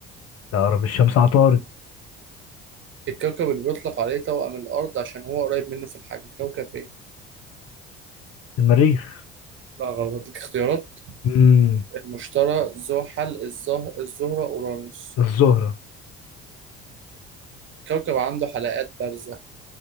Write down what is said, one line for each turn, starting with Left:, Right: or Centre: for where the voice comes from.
Left: لا اقرب الشمس عطارد
Right: الكوكب اللي بيطلق عليه توأم الأرض عشان هو قريب منه في الحجم كوكب إيه؟
Left: المريخ
Right: لا غلط اديك اختيارات
Left: امم
Right: المشتري زحل الزه... الزهرة أورانوس
Left: الزهرة
Right: كوكب عنده حلقات بارزة